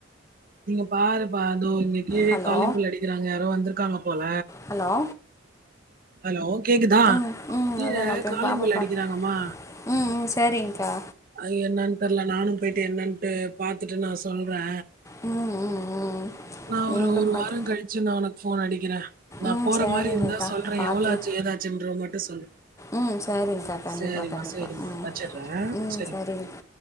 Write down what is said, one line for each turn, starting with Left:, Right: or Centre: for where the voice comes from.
Right: நீங்க பாரு பா தோ இங்க கீழே
Left: ஹலோ
Right: காலிங் பெல் அடிக்கிறாங்க யாரோ வந்திருக்காங்க போல
Left: ஹலோ
Right: ஹலோ கேக்குதா
Left: ம் ம்
Right: கீழ
Left: அதான் நான் போய்
Right: காலிங்
Left: பாப்பா
Right: பெல்
Left: பார்க்க
Right: அடிக்கிறாங்கம்மா
Left: ம் ம் செரிங்கா
Right: அது என்ன தெர்ல நானு போயிட்டு என்னட்டு பாத்துட்டு நா சொல்ற
Left: ம் ம் ம்
Right: நா
Left: நீங்களும்
Right: ஒரு ஒரு
Left: பார்த்து
Right: வாரோ கழிச்சு நா ஒனக்கு ஃபோன் அடிக்கிற நா
Left: ம்
Right: போற
Left: சரிங்கக்கா
Right: மாரி இருந்தா சொல்ற
Left: பார்த்து
Right: எவ்ளோ ஆச்சு ஏதாச்சுன்ற மட்டு சொல்லு
Left: ம் சரிங்கக்கா கண்டிப்பாக
Right: சரிமா
Left: கண்டிப்பாக
Right: சரிமா
Left: ம்
Right: வச்சுட்ற
Left: ம்
Right: சரிமா
Left: சரிங்க